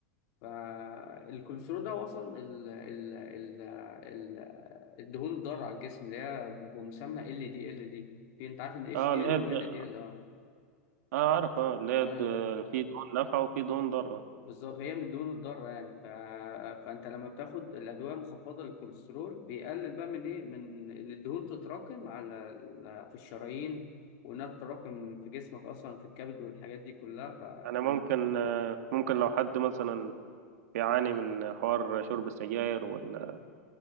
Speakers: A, on the left; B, on the right.
A: فالكوليسترول ده وصل ال ال ال ال الدهون الضارة على الجسم اللي هي بمسمى ال دي ال دي في انت عارف ان اتش
B: اه
A: دي
B: اللي
A: ال
B: هي الد-
A: وال دي ال اه
B: اه عارف اه اللي هي
A: ايوه
B: الد-
A: أيوة.
B: في دهون نافعة وفي دهون ضارة
A: بالظبط هي من الدهون الضاره يعني ف... فانت لما بتاخد الادويه المخفضه للكوليسترول بيقلل بقى من ايه من ان الدهون تتراكم على ال- في الشرايين وانها تتراكم في جسمك اصلا في الكبد والحاجات دي كلها
B: يعني ممكن آه، ممكن لو حد مثلا بيعاني من حوار شرب السجاير وال-